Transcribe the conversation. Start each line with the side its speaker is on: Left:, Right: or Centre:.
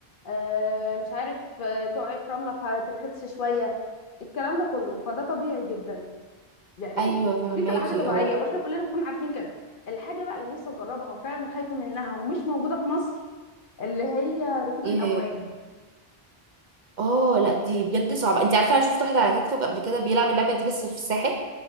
Left: آه، مش عارف آه، تقعي في رمله فتتخدش شويه الكلام ده كله فده طبيعي جدا يعني
Right: ايوه فهماكي
Left: دي بتبقى حاجه طبيعيه
Right: اه
Left: واحنا كلنا بنكون عارفين كده الحاجه بقى اللي نفسي اجربها وفعلا خايفه منها ومش موجوده في مصر اللي هي ركوب
Right: ايه
Left: الامواج
Right: هي اه لا دي بجد صعبه انت عارفه انا شفت واحد على تيك توك قبل كده بيلعب اللعبه دي بس في الساحل